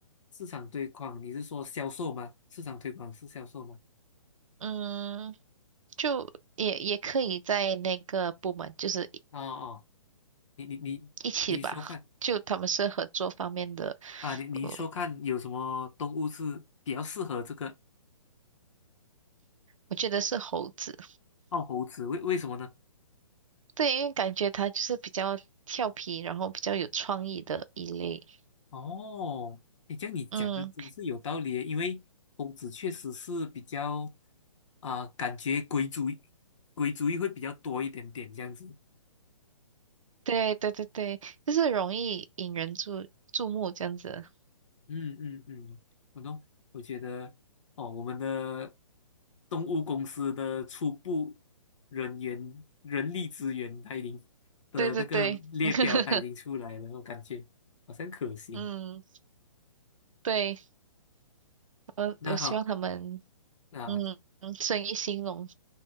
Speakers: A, on the left; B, on the right.
A: 市场推广，你是说销售吗？市场推广是销售吗？
B: 嗯，就也也可以在那个部门，就是一
A: 哦哦，你你你你说看
B: 一起吧。就他们是合作方面的，
A: 啊，你你说看有什么动物是比较适合这个
B: 呃，我觉得是猴子，
A: 澳猴子？为为什么呢？
B: 对，因为感觉它就是比较调皮，然后比较有创意的一类。
A: 哦，你这样你讲的真是有道理耶因为猴子确实是比较
B: 嗯。
A: 啊，感觉鬼主意鬼主意会比较多一点点这样子。
B: 对对对对，就是容易引人注注目这样子。
A: 嗯嗯嗯，我懂。我觉得哦，我们的动物公司的初步人员人力资源，它已经的那个列表它已经出来了，
B: 对对对，<laughs>
A: 我感觉好像可行。
B: 嗯，对，我我希望他们
A: 那好，那
B: 嗯嗯生意兴隆。